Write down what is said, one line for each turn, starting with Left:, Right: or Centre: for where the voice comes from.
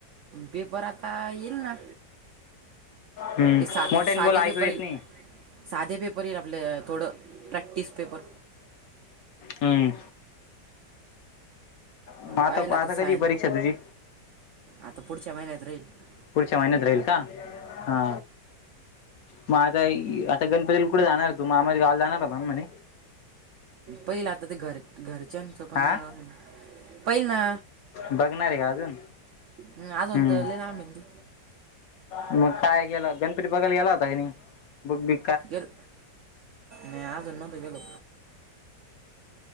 Right: पेपर आता येईल ना.
Left: हम्म,
Right: हे सात
Left: मोठ्यानी
Right: साधे
Left: बोल ऐकू
Right: पेपर
Left: येत
Right: येईल
Left: नाही.
Right: साधे पेपर येईल आपलं थोडं प्रॅक्टिस पेपर.
Left: हम्म. मग आता,
Right: पाहिला
Left: आता
Right: तर सायन
Left: कधी हे परीक्षा तुझी?
Right: आता पुढच्या महिन्यात राहील
Left: पुढच्या महिन्यात राहील का? हा. मा आता, आता गणपतीला कुठे जाणार हे तू? मामाच्या गावला जाणार होता ना म्हणे?
Right: पहिलं आता ते घर घरच्यांचं पण
Left: हा
Right: मानावर आहे ना पहिल ना.
Left: बघणार आहे का अजून
Right: हम्म अजून
Left: हम्म
Right: तर लय लांबेन ते.
Left: मग काय केेलं गणपती बघायला गेला होता क नी बघ बी
Right: गेल नाय आजून नव्हतो गेलो.